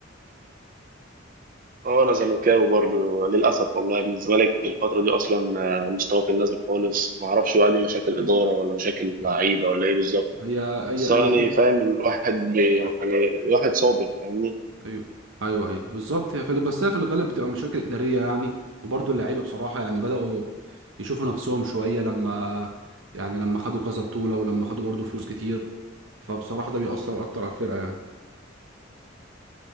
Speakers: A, on the right; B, on the right.
A: اه انا زملكاوي برضه للاسف والله يا ابن الزمالك الفتره دي اصلا آه، مستواه في النازل خالص ما اعرفش بقى دي مشاكل اداره ولا مشاكل لعيبه ولا ايه بالظبط
B: هي هي
A: بس يعني
B: هي
A: فاهم الواحد بي- يعني الواحد صابر فاهمني
B: ايوه ايوه ايوه بالظبط هي في ال- بس هي في الغالب بتبقى مشاكل اداريه يعني وبرضه اللعيبه بصراحه يعني بداوا يشوفوا نفسهم شويه لما يعني لما خدوا كذا بطوله ولما خدوا برضه فلوس كتير فبصراحه ده بيأثر اكتر على الفرقه يعني